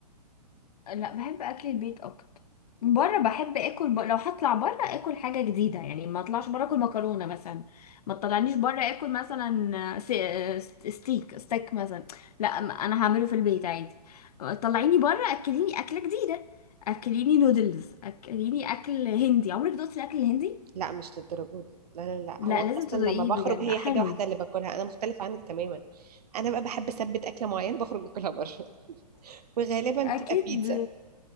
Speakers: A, on the left (about 65°); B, on the right (about 65°).
A: لا بحب اكل البيت اكتر بره بحب اكل ب... لو هطلع بره اكل حاجه جديده يعني ما اطلعش بره اكل مكرونه مثلا ما تطلعنيش بره اكل مثلا س... ستيك ستيك مثلا لا م- انا هعمله في البيت عادي طلعيني بره اكليني اكله جديده اكليني نودلز اكليني اكل هندي عمرك دوقتي الاكل الهندي
B: لا مش للدرجه دي لا لا لا
A: لا
B: هو انا
A: لازم
B: اصلا
A: تدوقيه
B: لما بخرج
A: بجد
B: هي
A: حلو
B: حاجه واحده اللي باكلها انا مختلفه عنك تماما انا بقى بحب اثبت اكله معينه بخرج اكلها بره <laughs> وغالبا
A: اكيد
B: بتبقى بيتزا